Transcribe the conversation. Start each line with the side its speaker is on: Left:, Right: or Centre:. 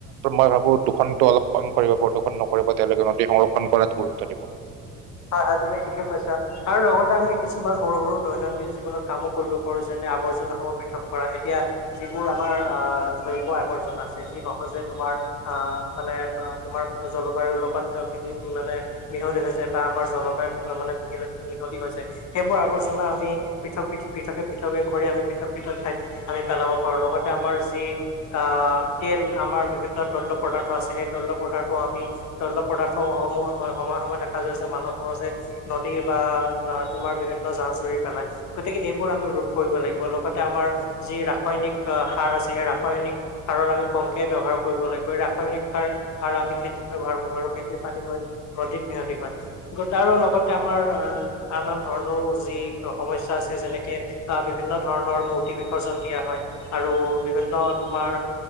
Right: মই ভাবো দূষণটো অলপ কম কৰিব প্ৰদূষণ নকৰিব তেওঁলোকে নদী সংৰক্ষণ কৰাতো গুৰুত্ব দিব।
Left: হয় হয় তুমি ঠিকে কৈছা আৰু লগতে আমি কিছুমান সৰু সৰু দৈনন্দিন জীৱনত কামো কৰিব পাৰো যেনে সেই আৱৰ্জনসমূহ পৃথক কৰা, এতিয়া যিবোৰ আমাৰ আহ জৈৱ-আৱৰ্জনা আছে, যি সহজে তোমাৰ হয়, অ, মানে তোমাৰ জলবায়ুৰ লগত মিলি মানে মিহলি হৈছে বা আমাৰ জলবায়ুত মানে মহ মিহলি হৈছে, সেইবোৰ আৱৰ্জনা আমি পৃথক-পৃথকে-পৃথক ঘ আমি পৃথক পৃথক ঠাইত আমি পেলাব পাৰোঁ লগতে আমাৰ যি আহ তেল আমাৰ বিভিন্ন তৈল পদাৰ্থ আছে সেই তৈল পদাৰ্থও আমি তৈল পদাৰ্থ সমূহ সময়ে সময়ে স মানৱসমাজে নদী বা অ তোমাৰ বিভিন্ন জান-জুৰি পেলাই গতিকে এইবোৰ আমি ৰোধ কৰিব লাগিব লগতে আমাৰ যি ৰাসায়নিক সাৰ আছে সেই ৰাসায়নিক সাৰৰ আমি কমকে ব্যৱহাৰ কৰিব লাগিব, ৰাসায়নিক সাৰ-সাৰ আমি খেতিত ব্যৱহাৰ কৰো, আৰু খেতিৰ পানী গৈ নদীত সিহঁতি হয়, তাৰো লগতে আমাৰ আন-আন ধৰণৰো যি সমস্যা আছে, যেনেকে বিভিন্ন ধৰণৰ মূৰ্তি বিসৰ্জন দিয়া হয় আৰু বিভিন্ন তোমাৰ